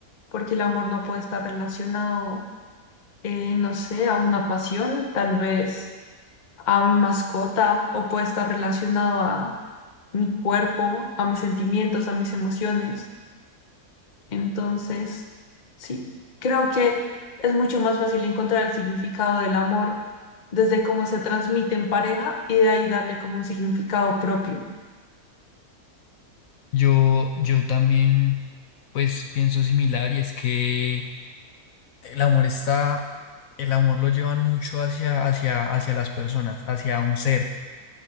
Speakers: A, on the left; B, on the left.
A: porque el amor no puede estar relacionado, eh, no sé, a una pasión, tal vez a mi mascota, o puede estar relacionado a mi cuerpo, a mis sentimientos, a mis emociones. Entonces, sí, creo que es mucho más fácil encontrar el significado del amor desde cómo se transmite en pareja y de ahí darle como un significado propio.
B: Yo, yo también, pues pienso similar y es que el amor está, el amor lo llevan mucho hacia, hacia, hacia las personas, hacia un ser,